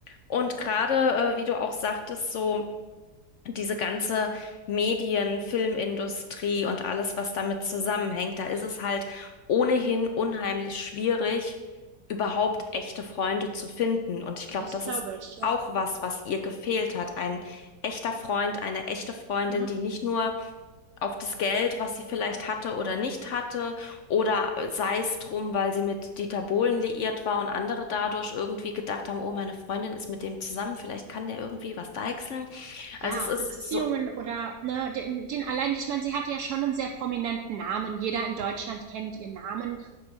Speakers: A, on the left; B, on the right.
A: Und gerade, äh, wie du auch sagtest, so diese ganze Medien, Filmindustrie und alles, was damit zusammenhängt, da ist
B: Mhm.
A: es halt ohnehin unheimlich schwierig, überhaupt echte Freunde zu finden. Und ich glaube,
B: Das
A: das
B: glaube
A: ist
B: ich, ja.
A: auch was, was ihr gefehlt hat. Ein echter Freund, eine echte Freundin,
B: Mhm.
A: die nicht nur auf das Geld, was sie vielleicht hatte oder nicht hatte, oder sei es drum, weil sie mit Dieter Bohlen liiert war und andere dadurch irgendwie gedacht haben, oh, meine Freundin ist mit dem zusammen, vielleicht kann der irgendwie was deichseln. Also
B: Ja,
A: es ist
B: Beziehungen
A: so,
B: oder ne, den, den allein, ich meine, sie hatte ja schon einen sehr prominenten Namen. Jeder in Deutschland kennt ihren Namen.